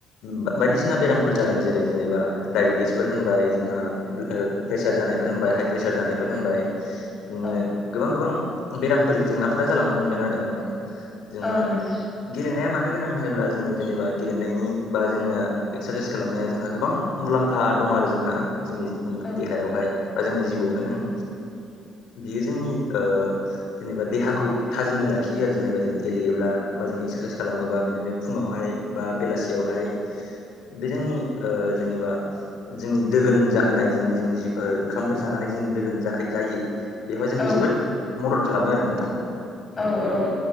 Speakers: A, on the left (about 75°); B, on the left (about 20°).
A: बायदि बायसिना बेरामफोर जादों जेरै जेनेबा डायबेटिसफोर होनबाय जोंहा प्रेसार जानायफोरबाय हाइ प्रेसार जानायफोर होनबाय, बिदिनो
B: औ
A: गोबां गोबां बेरामफोर जेंनाफोरा जालांनो हमदों आरो नोंथां, जोंहा
B: औ नोंथां
A: गेलेनाया मानो गोनां होनोब्ला जोङो जेनेबा गेलेनायनि बा जोंना, एक्सारसाइस खालामनाया जोंहा गोबां मुलाम्फा दं आरो जोंहा जोंनि
B: औ
A: देहायावहाय, बा जोंनि जिबआवनो होन बियो जोंनि जेनेबा देहाखौ थाजिमै लाखियो आरो जेनेबा जों गेलेयोब्ला बा जों एक्सारसाइस खालामोबा बिदिनो फुङावहाय, बा बेलासियावहाय, हाय बेजोंनि ओ जेनेबा, जोंनि दोगोन जाहोनाय जोंनि जोंनि जि ओंखामफोर जानानै जों दोगोन जायो, बेवहाय जोंखौ
B: औ
A: जोबोद मदद खालामो आरो नोंथां,
B: औ औ